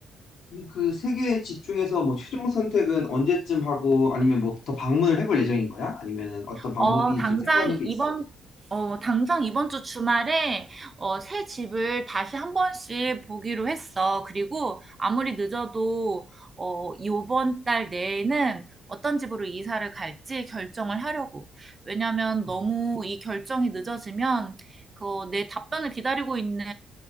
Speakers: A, on the left; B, on the right.
A: 그럼 그 세 개의 집 중에서 뭐 최종 선택은 언제쯤 하고 아니면 뭐 더 방문을 해볼 예정인 거야? 아니면은 어떤 방법이
B: 어, 당장
A: 지금 생각하는 게
B: 이번,
A: 있어?
B: 어, 당장 이번 주 주말에, 어, 새 집을 다시 한 번씩 보기로 했어. 그리고 아무리 늦어도, 어, 이번 달 내에는 어떤 집으로 이사를 갈지 결정을 하려고. 왜냐면
A: 어,
B: 너무 이 결정이 늦어지면, 그, 내 답변을 기다리고 있는